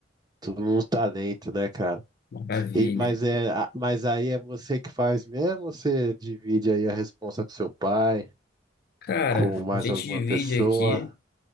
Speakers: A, on the right (about 20°); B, on the left (about 50°).
A: tudo no talento, né, cara?
B: Maravilha.
A: E- mas, é, a- mas aí é você que faz mesmo ou você divide aí a responsa com seu pai,
B: Cara,
A: com mais
B: a gente
A: alguma
B: divide
A: pessoa?
B: aqui.